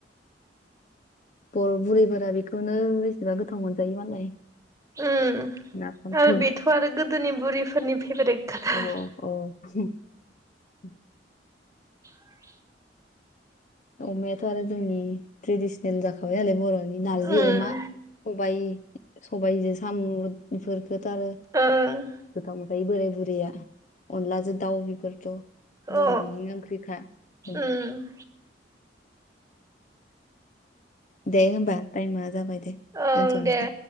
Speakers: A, on the left; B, on the right.
A: औ बर' बुरैफोरा बेखौनो बेसेबा गोथाव मोनजायो मालाय।
B: उम।
A: नाफामखौ
B: आरो बेथ' आरो गोदोनि बुरिफोरनि फेभारेट खाथार
A: अ अ <inaudible>
B: <inaudible>
A: अमायाथ' आरो जोंनि ट्रेडिसनेल जाखाबाय नालाय बर'नि नारजि
B: उम
A: अमा। सबाय सबायजों साम' बेफोरखौथ' आरो।
B: ओं
A: गोथाव मोनखायो बोराय बुरैया अनलाजों दाउ बेफोरथ'।
B: अ
A: बर'नि ओंख्रिखा ओं
B: उम
A: दे होमबा टाइमा जाबाय दे।
B: ओं
A: दोनथ'नोसै
B: दे।